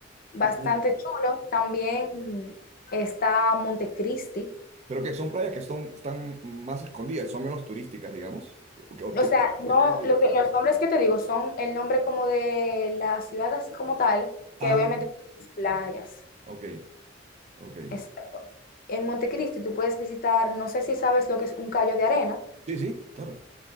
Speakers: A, on the left; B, on the right.
A: Bastante
B: Y como-
A: chulo. También está Montecristi.
B: pero que son playas que son, están más escondidas, son menos turísticas, digamos. ¿O, qué- o
A: O
B: qué-
A: sea, no,
B: qué tienen de
A: lo
B: distinto?
A: que, los nombres que te digo son el nombre como de la ciudad así como tal, que
B: Ah,
A: obviamente tiene sus playas.
B: ok, ok.
A: Exacto. En Montecristi tú puedes visitar, no sé si sabes lo que es un callo de arena.
B: Sí, sí, claro.